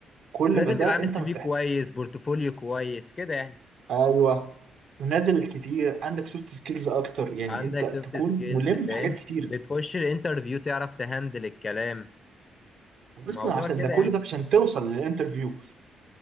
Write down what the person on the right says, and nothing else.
كل
ما ده
انت
مرتاح
ايوه نازل كتير عندك سوفت سكيلز اكتر يعني
انت
تكون
ملم
بحاجات كتير
اصلا عشان
ده كل
ده عشان توصل للانترفيو